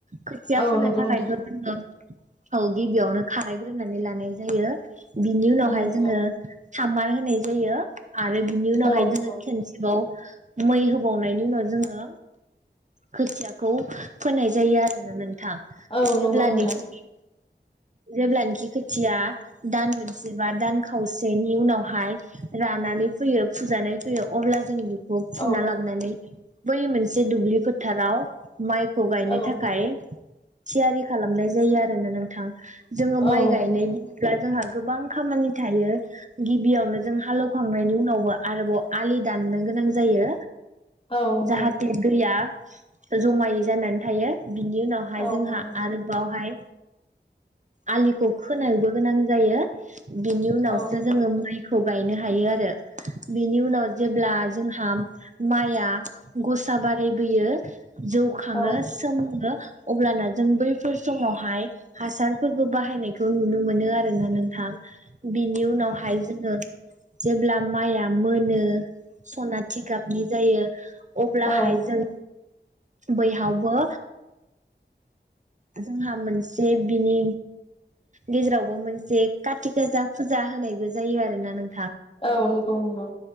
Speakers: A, on the right; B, on the left.
A: खोथिया
B: औ
A: फोनो
B: नंगौ
A: थाखायथ
B: नोंथां
A: जोङो औ गिबियावनो खारायग्रोनानै लानाय जायो। बिनि उनावहाय
B: औ नंगौ
A: जोङो सामार होनाय जायो। आरो बिनि उनावहाय
B: औ
A: जोङो
B: नंगौ
A: खेनसेबाव मै होबावनायनि उनाव जोङो खोथियाखौ फोनाय जायो आरोना नों थां
B: औ
A: जेब्लानोखि
B: नंगौ नोंथां
A: जेब्लानोखि खोथिया दान मोनसे बा दान खावसेनि उनावहाय रानानै फैयो फुजानाय फैयो अब्ला जों फुना
B: औ
A: लाबनानै बै मोनसे दुब्लि फोथाराव माइखौ गायनो
B: औ
A: थाखाय थियारि खालामनाय जायो आरोना नोंथां। जोङो
B: औ
A: माइ
B: नंगौ
A: गायनाय
B: नोंथां
A: जोंहा गोबां खामानि थायो। गिबियावनो जों हालौवखांनायनि उनावबो आरोबाव आलि दाननो गोनां जायो।
B: औ नंगौ
A: जाहाथे दैया जमायै जानानै थायो। बिनि उनावहाय
B: औ
A: जोंहा
B: नंगौ
A: आरोबावहाय आलिखौ खोनांबो गोनां जायो। बिनि उनावसो
B: औ नंगौ
A: जोङो माइखौ गायनो हायो आरो बिनि उनाव जेब्ला जोंहा माया गसा बारायबोयो जौ खाङो
B: औ
A: सोमो अब्लाना जों बैफोर समावहाय हासारफोरबो बाहायनायखौ नुनो मोनो। आरोना नोंथां। बिनि उनावहाय जोङो जेब्ला माइआ मोनो सना थिगाबनि जायो अब्लाहाय
B: औ
A: जों बैहावबो जोंहा मोनसे बिनि गेजेरावबो मोनसे कातिगासा फुजा होनायबो जायो आरो ना नों
B: औ नंगौ नंगौ।